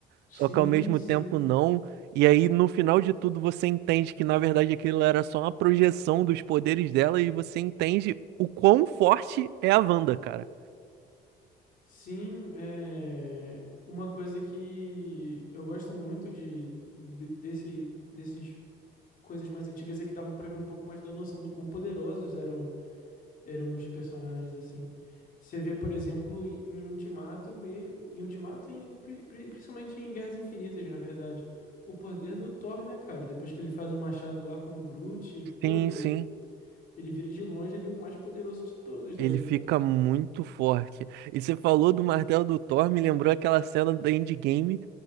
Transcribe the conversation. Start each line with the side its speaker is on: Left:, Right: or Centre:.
Left: Sim,
Right: só que ao mesmo
Left: sim.
Right: tempo não. E aí, no final de tudo, você entende que, na verdade, aquilo era só uma projeção dos poderes dela e você entende o quão forte é a Wanda, cara.
Left: Sim, é uma coisa que eu gosto muito de, de- desse desses coisas mais antigas é que dava pra ver um pouco mais da noção do quão poderosos eram eram os personagens assim. Você vê, por exemplo, em Ultimato mesmo, em Ultimato e em, pri- pri- principalmente em Guerras Infinitas, na verdade, o poder do Thor, né, cara? Depois que ele faz o machado lá com o Groot, pô,
Right: Sim,
Left: ele
Right: sim.
Left: ele vira de longe ele é o mais poderoso de todos dali,
Right: Ele fica
Left: cara.
Right: muito forte. E você falou do martelo do Thor, me lembrou aquela cena do Endgame